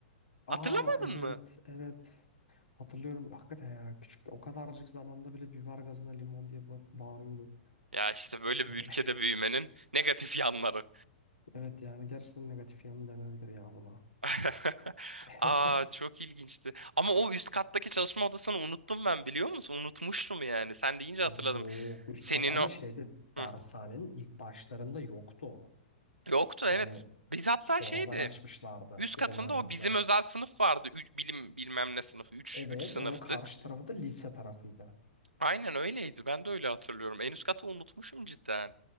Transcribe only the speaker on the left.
Aa
evet
evet. Hatırlıyorum hakikaten ya küçük o kadarcık zamanda bile biber gazına limon diye ba- bağırıyorduk.
Hani,
<laughs> evet yani gerçekten negatif yanı denebilir ya buna.
<laughs>
Abi yok üst
kat ama
şeyde dershanenin
ilk başlarında yoktu o.
Hani
sonradan
açmışlardı
onları
bize.
Evet
onun karşı tarafı da lise tarafıydı.